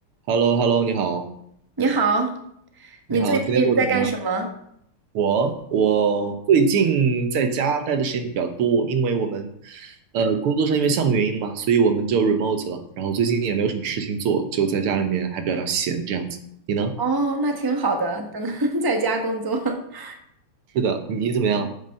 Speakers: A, on the right (about 80°); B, on the right (about 15°).
A: h e l l o h e l l o 你好，
B: 你好，
A: 你好，
B: 你最近在干什么？
A: 今天过得怎么样？我我最近在家待的时间比较多，因为我们呃工作上因为项目原因嘛，所以我们就 remote 了。然后最近也没有什么事情做，就在家里面还比较闲这样子。你呢？
B: 哦，那挺好的，等 <laughs> 在家工作。<laughs>
A: 是的，你你怎么样？